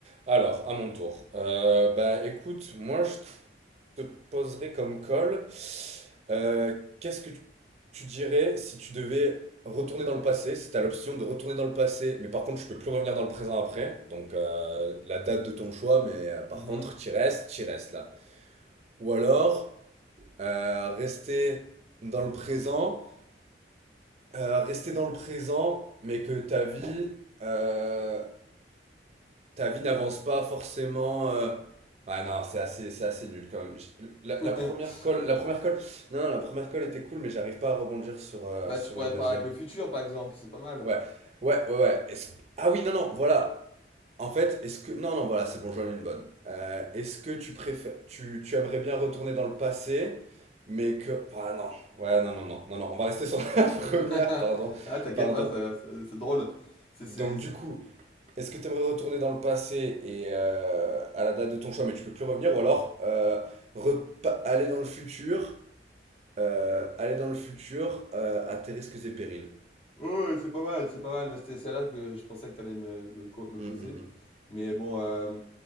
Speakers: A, on the right (about 35°); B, on the left (about 30°).
A: Alors, à mon tour. Euh, bah écoute, moi je te poserai comme call. euh, qu'est-ce que tu tu dirais si tu devais retourner dans le passé, si tu as l'option de retourner dans le passé, mais par contre tu peux plus revenir dans le présent après, donc euh, la date de ton choix, mais euh, par
B: Mhm.
A: contre tu restes, tu restes là. Ou alors, euh, rester dans le présent, euh, rester dans le présent, mais que ta vie... euh, ta vie n'avance pas forcément. euh, Ouais, non, c'est assez, c'est assez nul quand même. Je- La,
B: <laughs>
A: la première colle, la première colle, non, la première colle
B: Ah,
A: était cool, mais j'arrive pas à rebondir sur, euh,
B: Bah,
A: sur
B: tu pourrais
A: une
B: parler
A: deuxième.
B: avec le futur, par exemple, c'est pas mal.
A: Ouais, ouais, ouais, ouais. Est-ce- Ah oui, non, non, voilà. En fait, est-ce que. Non, non, voilà, c'est bon, j'en ai une bonne. Euh, est-ce que tu préfères. Tu, tu aimerais bien retourner dans le passé, mais que. Ah non, ouais, non, non, non, non, non, on va rester sur <laughs> la première,
B: <laughs>
A: pardon,
B: Ah, t'inquiète
A: pardon.
B: pas, ça- ça- c'est drôle. C'est c'est-
A: Donc,
B: c'est-
A: du coup. Est-ce que tu aimerais retourner dans le passé et euh, à la date de ton choix, mais tu peux plus revenir, ou alors euh, repa- aller dans le futur, euh, aller dans le futur euh, à tes risques et périls?
B: oh, c'est pas mal, c'est pas mal. Mais c'était celle-là que je pensais que t'allais me, me, co- me
A: Mm,
B: poser.
A: mm,
B: Mais bon, euh,